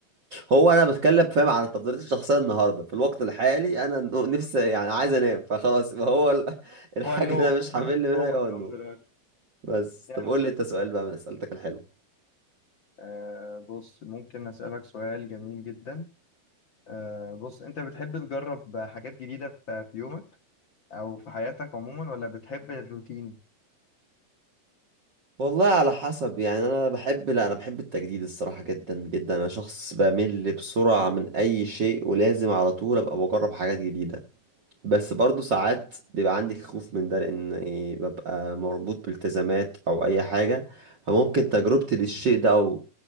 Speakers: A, on the right; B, on the left.
A: هو انا بتكلم فاهم على تفضيلاتي الشخصيه النهارده في الوقت الحالي انا النو- نفسي يعني عايز انام فخلاص هو ال- <laughs> الحاجه
B: هو النوم
A: اللي انا مش
B: <laughs>
A: هعمل منها
B: هو
A: هو
B: النوم
A: النوم
B: دلوقتي
A: بس
B: يعني
A: طب قول لي انت سؤال بقى من اسئلتك الحلوه
B: آه بص ممكن اسالك سؤال جميل جدا آه بص انت بتحب تجرب حاجات جديدة في في يومك او في حياتك عموما ولا بتحب الروتين
A: والله على حسب يعني انا بحب لا انا بحب التجديد الصراحه جدا جدا انا شخص بمل بسرعه من اي شيء ولازم على طول ابقى بجرب حاجات جديده بس برضو ساعات بيبقى عندي خوف من ده لان إيه ببقى مربوط بالتزامات او اي حاجة فممكن تجربتي للشيء ده او